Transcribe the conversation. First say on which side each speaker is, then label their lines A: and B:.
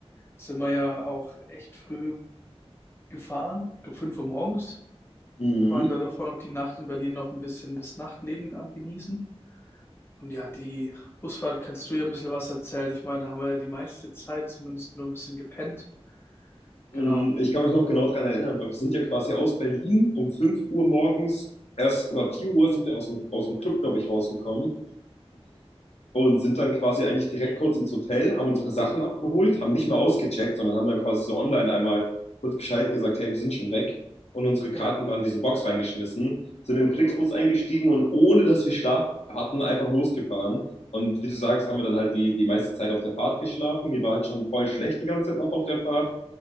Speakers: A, on the left (about 20°); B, on the left (about 80°).
A: sind wir ja auch echt früh gefahren. Ich glaube, 5 Uhr morgens
B: Mhm.
A: waren da davor noch die Nacht in Berlin noch ein bisschen das Nachtleben am Genießen. Und ja, die Busfahrt kannst du ja ein bisschen was erzählen. Ich meine, da haben wir ja die meiste Zeit zumindest nur ein bisschen gepennt.
B: Mhm.
A: Genau.
B: Ich kann mich noch genau daran erinnern, weil wir sind ja quasi aus Berlin um 5 Uhr morgens, erst oder 4 Uhr sind wir aus dem, aus dem Club, glaube ich, rausgekommen. und sind dann quasi eigentlich direkt kurz ins Hotel, haben unsere Sachen abgeholt, haben nicht mal ausgecheckt, sondern haben dann quasi so online einmal kurz Bescheid gesagt, hey, wir sind schon weg und unsere Karten
A: Ja.
B: dann in diese Box reingeschmissen, sind in den Flixbus eingestiegen und ohne dass wir Schlaf hatten, einfach losgefahren. Und wie du sagst, haben wir dann halt die, die meiste Zeit auf der Fahrt geschlafen. Mir war halt schon voll schlecht die ganze Zeit noch auf der Fahrt